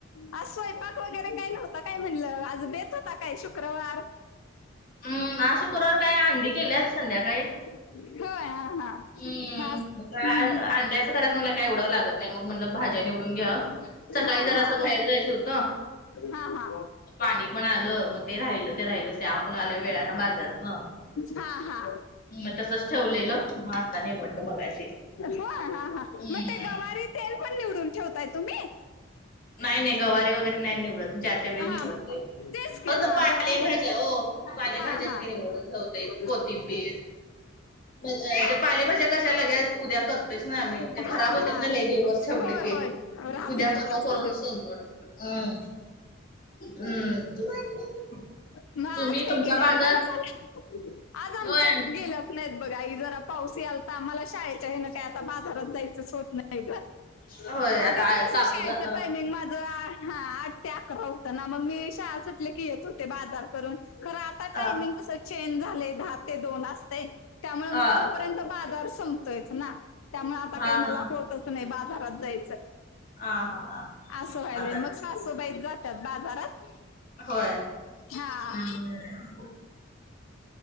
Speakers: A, on the left; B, on the left.
A: आज स्वयंपाक वगैरे काही नव्हतं काय म्हणलं आज बेत होता काय शुक्रवार?
B: हम्म आज शुक्रवारी काय अंडी केल्याच संध्याकाळी
A: होय हा हा
B: हम्म
A: माझ
B: मग काय
A: हम्म
B: अंड्याच करायचं मला काय एवढं लागतं नाही मग म्हणलं भाज्या निवडून घ्या. सकाळी
A: हा
B: जरा असं
A: हा
B: बाहेर जायचं होतं
A: हा
B: पाणी पण आलं मग ते राहिलं ते राहिलं आल्या वेळानं बाजारनं
A: हा हा
B: मग तसंच ठेवलेलं मग आता निवडलं मगाशी
A: हा हा
B: हम्म
A: मग गवारी तेल पण निवडून ठेवताय तुम्ही?
B: नाही नाही गवारी वगैरे नाही निवडत ते
A: हा
B: निवडते
A: तेच की
B: हो तर
A: हा
B: पालेभाज्या
A: गवारी
B: हो पालेभाज्याच
A: हा हा
B: निवड
A: हा
B: कोथिंबीर म्हे पालेभाज्या कशा लगेच उद्या कर ही ते
A: हा
B: खराब होतात
A: हा हा
B: ना लय दिवस ठेवले
A: होय
B: की
A: होय राहत
B: उद्या
A: नाहीत
B: परवा
A: जास्त
B: हम्म हम्म
A: म आज
B: तुम्ही
A: काय
B: तुमचा
A: केले अंडा
B: बाजार
A: मसाला? आज आमच्यात
B: होय
A: गेल्या नाहीत बघा आई जरा पाऊस यालता तर आम्हाला शाळेच्या हे ना काय आता बाजारात जायचंच होत नाही तर
B: होय
A: आधीच
B: आता
A: कसं
B: काकू
A: शाळेचं
B: जा अ
A: टायमिंग माझं ते अकरा होत ना मग मी शाळा सुटले की येत होते बाजार करून खरं आता टायमिंग
B: अ
A: कसं चेंज झाले दहा ते दोन असते त्यामुळे
B: हा
A: मग तोपर्यंत बाजार संपतोयच ना. त्यामुळे आता
B: हा
A: काही मला होतच नाही बाजारात जायचं
B: हा हा
A: असं व्हायलंय
B: आता
A: मग सासुबाईच जातात बाजारात
B: होय.
A: हा
B: हम्म